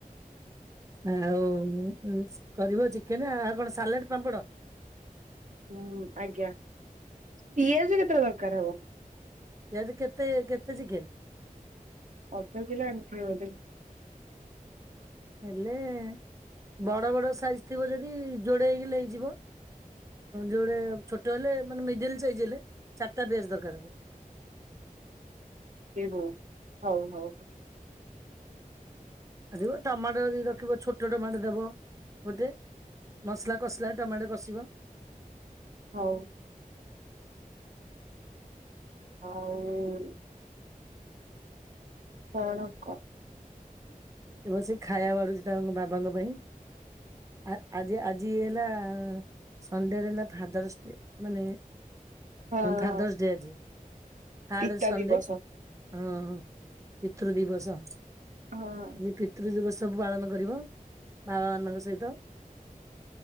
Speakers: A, on the right; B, on the right.
A: ଆଉ ଉ କରିବ ଚିକେନେ ଆଉ କଣ ସାଲାଡ ପାମ୍ପଡ?
B: ହୁଁ ଆଜ୍ଞା ପିଆଜ କେତେଟା ଦରକାର ହବ।
A: ପିଆଜ କେତେ ଏ କେତେ ଚିକେନ୍?
B: ଅଧ କିିଲ ଆଣିଥିବେ ବୋଧେ।
A: ହେଲେ ଏ ବଡ଼ ବଡ଼ ସାଇଜ୍ ଥିବ ଯଦି ଇ ଯୋଡେ ହେଇଗଲେ ହେଇଯିବ। ଯୋଡେ ଛୋଟ ହେଲେ ମାନେ ମିଡିଲ ସାଇଜ୍ ହେଲେ ଚାର୍ ଟା ପିଆଜ ଦରକାର ହେବ।
B: ଏ ହଉ ହଉ ହଉ।
A: ରିଖିବ ଟମାଟ ଯଦି ରଖିବ ଛୋଟ ଟମାଟ ଦବ ଗୋଟେ ମସଲା କଷିଲା ଟମାଟ କଷିବ।
B: ହଉ। ହଉ। କଣ କ
A: ବସିକ ଖାଇବା ବାଡୁଛି ତାଙ୍କ ବାବାଙ୍କ ପାଇଁ ଆ-ଆଜି ଆଜି ହେଲା ସଣ୍ଡେ ରେ ହେଲା ଫାଦର୍ସ ଡେ ମାନେ।
B: ହଁ
A: ଫାଦର୍ସ
B: ହଁ
A: ଡେ ଆଜି। ଥାର୍ଡ
B: ପିତା
A: ସଣ୍ଡେ
B: ଦିବସ।
A: ହଁ ପିତୃ ଦିବସ।
B: ହଁ।
A: ଆ ପିତୃ ଦିବ ସବୁ ପାଳନ କରିବ ବାବା ମାନଙ୍କ ସହିତ।